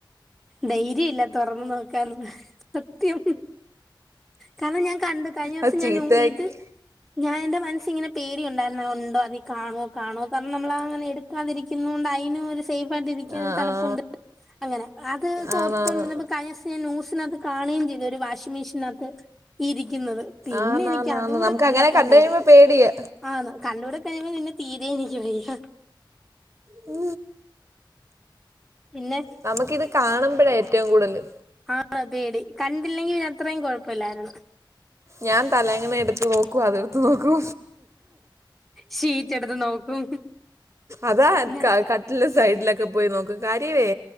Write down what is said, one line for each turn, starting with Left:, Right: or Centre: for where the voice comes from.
Centre: ധൈര്യം ഇല്ല തുറന്ന് നോക്കാനൊന്ന് സത്യം. കാരണം ഞാൻ കണ്ട് കഴിഞ്ഞോസം
Right: അത് ചീത്തയാക്കി
Centre: ഞാൻ നൂ ഇത്. ഞാൻ എന്റെ മനസ്സി ഇങ്ങനെ പേടി ഉണ്ടായിരുന്നു ഉണ്ടോ അതീ കാണുവോ കാണുവോ കാരണം നമ്മളങ്ങനെ എടു ക്കാതിരിക്കുന്നോണ്ട് അയ്നും ഒര് സേഫായിട്ട് ഇരിക്ക്യാൻ
Right: ആ
Centre: ഒരു തണുപ്പുണ്ട്
Right: ആ
Centre: അങ്ങനെ. അത് ഒന്നോർത്തോണ്ടിര്ന്നപ്പം
Right: ആന്നാന്ന്
Centre: കയിഞ്ഞോസം ന്യൂസിനകത്ത് കാണുകയും ചെയ്തു ഒരു വാഷിംഗ് മെഷിനകത്ത് ഇരിക്കുന്നത്. പിന്നെ
Right: ആന്നാന്നാന്ന്
Centre: എനിക്ക് അതൂടെ
Right: നമുക്ക്
Centre: കണ്ടപ്പം
Right: അങ്ങനെ കണ്ടു
Centre: പേടി.
Right: കഴിയുമ്പോ പേടിയാ
Centre: ആഹ് കണ്ടൂടെ കഴിഞ്ഞപ്പം പിന്നെ തീരെ എനിക്ക് വയ്യ.
Right: ഉ
Centre: പിന്നെ
Right: നമുക്കിത് കാണുമ്പോഴാ ഏറ്റവും കൂടുതല്.
Centre: ആഹ് പേടി കണ്ടില്ലെങ്കി അത്രയും കുഴപ്പമില്ലാരുന്നു.
Right: ഞാൻ തലങ്ങന എടുത്ത് നോക്കൂ അതെടുത്ത നോക്കൂ.
Centre: ഷീറ്റ് എടുത്ത് നോക്കും.
Right: അതാ
Centre: ഞാ
Right: ക ക്കാ. ട്ടിലെ സൈഡിലൊക്കെ പോയി നോക്ക് കാര്യമേ